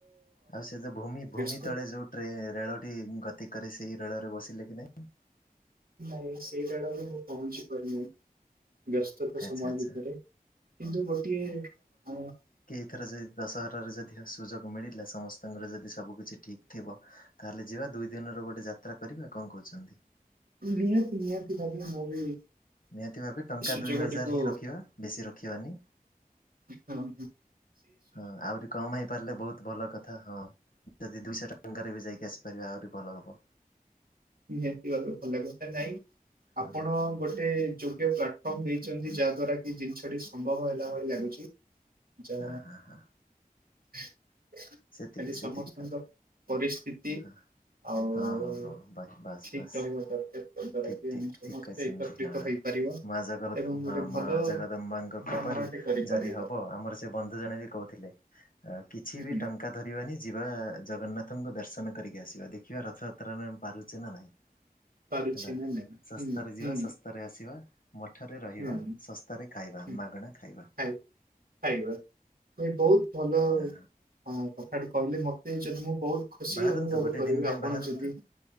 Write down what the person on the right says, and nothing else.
ବ୍ୟସ୍ତ
ନାଇଁ ସେଇଟା ଡ ବି ମୁଁ ପହଞ୍ଚି ପାରୁନି। ବ୍ୟସ୍ତତା
ସମୟ
ଭିତରେ କିନ୍ତୁ ଗୋଟିଏ ଅ
ନିହାତି ନିହାତି ଭାବେ ମୁଁ ବି
ସୁଯୋଗଟିକୁ
<unintelligible> କରନ୍ତୁ।
ନିହାତି ଭାବେ ଭଲ ଲାଗିବ ନା ନାଇଁ।
ଆପଣ ଗୋଟେ ଯୋଗ୍ୟ ପ୍ଲାଟଫର୍ମ ଦେଇଚନ୍ତି, ଯାହା ଦ୍ଵାରା କି ଜିନିଷଟି ସମ୍ଭବ ହେଲା ଭଳି ଲାଗୁ ଚି ଯା
ଖାଲି
ସମସ୍ତଙ୍କ
ପରିସ୍ଥିତି
ଆଉ
ଠିକ
ରହିବା ଦରକାର ଯ ଦ୍ଵାରା
କି
ଆମେ ସମସ୍ତେ
ଏକତ୍ରିତ
ହେଇପାରିବା
ଏବଂ
ଗୋଟେ
ଭଲ
ଭ୍ରମଣଟେ କରିପାରିବା
ହୁଁ
ହୁଁ
ପାରୁଛି
ନା ନାଇଁ
ହୁଁ
ହୁଁ
ହୁଁ
ହୁଁ
ଖାଇ ଖାଇବା ମୁଁ ଏ ବହୁତ ଭଲ
ଅଁ କଥାଟି କହିଲେ ମତେ ଯଦି ମୁଁ ବହୁତ ଖୁସି
ଅନୁଭବ
କରିବି
ଆପଣ
ଯଦି